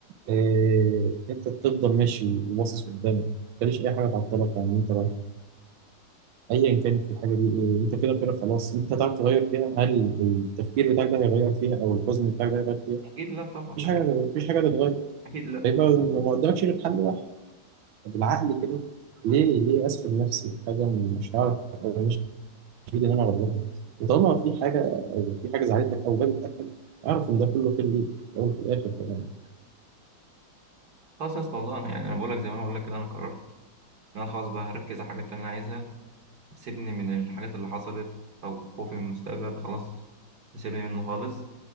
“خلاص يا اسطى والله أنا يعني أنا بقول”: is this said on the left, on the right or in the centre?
Right